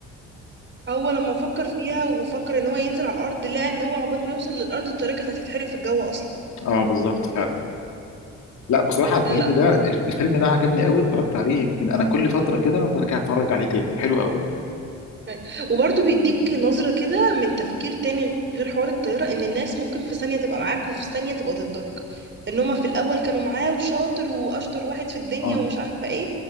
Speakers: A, on the right; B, on the left.
A: هو لما فكر فيها وفكر ان هو ينزل على الأرض لقى ان هو عقبال ما يوصل للأرض الطيارة كانت هتتحرق في الجو اصلا
B: اه بالظبط فعلا لا بصراحه الفيلم
A: لا لا
B: ده الفيلم ده عجبني قوي اتفرجت عليه يمكن انا كل فتره كده برجع اتفرج عليه تاني حلو قوي
A: أي. وبرضه بيديك نظرة كده من تفكير تاني غير حوار الطيارة ان الناس ممكن في ثانية تبقى معاك وفي ثانية تبقى ضدك ان هما في الاول كانوا معاه وشاطر واشطر واحد في الدنيا
B: اه
A: ومش عارفة ايه